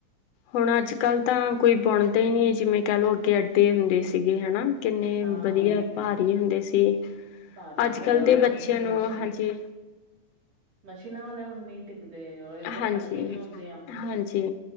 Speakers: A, on the left (about 70°); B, on the right (about 55°).
A: ਹੁਣ ਅੱਜ-ਕੱਲ ਤਾਂ ਕੋਈ ਬੁਣਦਾ ਹੀ ਨਹੀ ਜਿਵੇਂ ਕਹਿ ਲਓ ਅੱਗੇ ਅੱਡੇ ਹੁੰਦੇ ਸੀਗੇ ਹਨਾ। ਕਿੰਨੇ
B: ਹਾਂ
A: ਵਧੀਆ ਭਾਰੀ ਹੁੰਦੇ ਸੀ।
B: ਭਾਰੀ
A: ਅੱਜ-ਕੱਲ
B: ਹੁਣ
A: ਦੇ ਬੱਚਿਆਂ ਨੂੰ
B: ਮਸ਼ੀਨ
A: ਹਾਂਜੀੇਂ
B: ਮਸ਼ੀਨਾਂ ਵਾਲੇ ਹੁਣ ਨਹੀਂ ਟਿਕਦੇ ਇਕਦਮ
A: ਹਾਂਜੀ,
B: ਹਲਕੇ ਵੀ ਹੁੰਦੇ ਆ।
A: ਹਾਂਜੀ,